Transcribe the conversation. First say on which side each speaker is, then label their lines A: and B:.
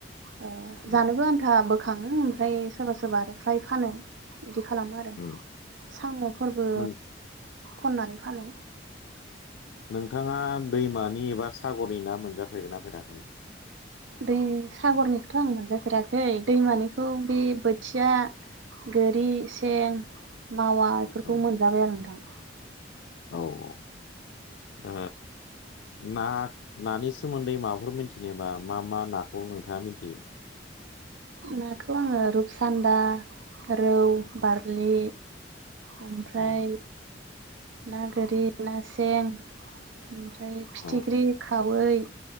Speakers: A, on the right; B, on the left.
A: ओ
B: उम
A: जानोबो आन्था बोखा खाङो ओमफ्राय सोरबा सोरबा फ्राय फानो। बिदि खालामो आरो
B: उम
A: सामफोरबो
B: नों
A: खननानै फानो।
B: नोंथाङा दैमानि एबा सागरनि ना मोनजाफेरगोनना फेराखै?
A: दै सागरनिखौथ' आं मोनजाफेराखै दैमानिखौ बे बोथिया गोरि सें मावा बेफोरखौ
B: औ
A: मोनजाबाय आं नोंथां।
B: औ अ ओ। ना नानि सोमोन्दै माबाफोर मिथिनायबा मा मा नाखौ नोंथाङा मिथियो?
A: नाथ' आङो रुपसान्दा रौ बारलि ओमफ्राय
B: औ
A: ना गोरि ना सें ओमफ्राय फिथिख्रि
B: औ
A: खाव बुयै